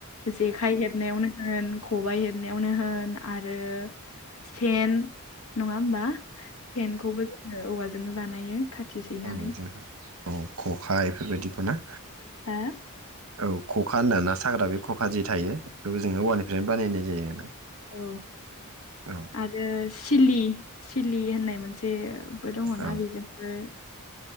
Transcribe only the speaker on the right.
औ बिदिनो औ ख'खा बेफोरबायदिखौ ना
औ खखा होनदों ना साग्रा बे खखा जे थायो बेखौबो जोङो औवानिफ्रायनो बानायनाय जायो आरोना।
औ
औ